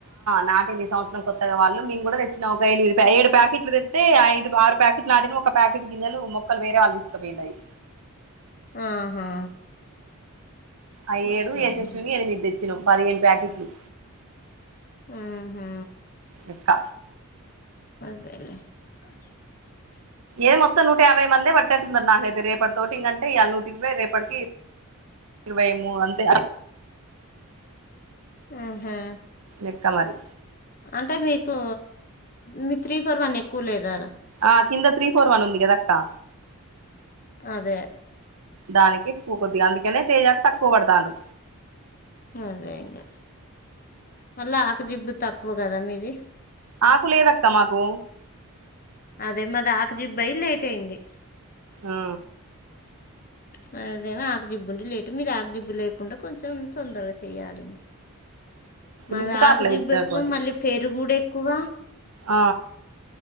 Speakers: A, on the right; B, on the left.
A: నాటిరు ఈ సంవత్సరం కొత్తగా వాళ్ళు మేము గూడా తెచ్చినా ఒక ఎనిమిది ఏడు ప్యాకెట్లు తెత్తే ఐదు ఆరు ప్యాకెట్లు అ ఒక ప్యాకెట్ గింజెలు మొక్కలు వేరే వాళ్ళు దీస్కబోయిరు అవి
B: ఆహా
A: అయి
B: అట్లానా
A: ఏడు యశస్విని ఎనిమిది దెచ్చినాం పదిహేను ప్యాకెట్లు
B: హుహూ
A: లెక్క
B: సలే <unintelligible>
A: ఏ మొత్తం నూట యాబై మంది పట్టినట్టున్నారు నాకైతే రేపటి తోటి ఇంగ అంటే ఇయ్యాల నూటిర్వై రేపటికి ఇరవై మూడు అంతే
B: హుహూ
A: లెక్క మరి
B: అంటే మీకు మీ త్రీ ఫోర్ వన్ ఎక్కువ లేదారా
A: ఆ కింద త్రీ ఫోర్ వన్ ఉందిగదక్కా
B: అదే
A: దానికి ఎక్కువ కొద్దిగా అందుకనే తేజాకు తక్కువ పడతారు
B: అదే ఇంకా మళ్ళా ఆకుజిబ్బు తక్కువ గదా మీది
A: ఆకులేదక్క మాకు
B: అదే మదాకజిబ్ అయి లేట్ అయింది
A: ఆ..
B: మదేమో ఆకజిబ్బు ఉండి లేట్ మీది ఆకజిబ్బు లేకుండా కొంచెం తొందరగా చేయలని మాది
A: నింపుతారులే
B: ఆకు జిబ్బు
A: ఇద్దరికోటి
B: ఎక్కువ మళ్ళీ పెరుగుడు ఎక్కువ
A: ఆ..